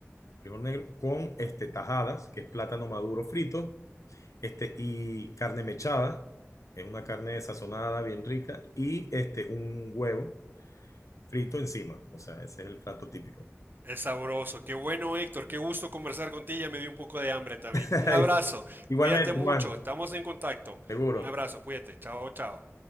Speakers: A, on the left; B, on the right.
A: frijol negro con este, tajadas, que es plátano maduro frito, este, y carne mechada, es una carne sazonada bien rica, y este, un huevo frito encima. O sea, ese es el plato típico.
B: Es sabroso. Qué bueno, Héctor. Qué gusto conversar contigo. Ya me dio un poco de hambre también.
A: <laughs>
B: Un abrazo.
A: Igualmente,
B: Cuídate mucho.
A: Juan,
B: Estamos en contacto.
A: seguro.
B: Un abrazo. Cuídate. Chao, chao.